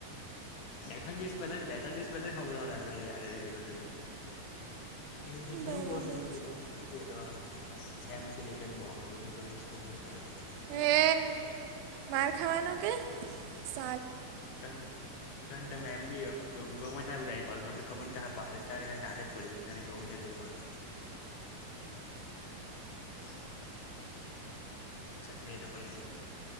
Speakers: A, on the left; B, on the right.
A: બેખણ દિવસ પહેલા બે ત્રણ દિવસ પહેલા સમભુંરાવા લાગના દ ગ એવ કે
B: બરાબર
A: એવું કહે
B: છે
A: કેવા ીઈ તો છે મેં ક દે કાદ બહુ મગજ ની કરી છે પણ શું કર્યો
B: હે બાર ખાવાનું કે સહ
A: ટંડ ટંડ મે એમ બી ગમતા ઉધાય પણ મને ખબર ન આદ આદત પડી ગ તને ગઉ ત લ એ પડય <inaudible> ચાલે તો પાઈ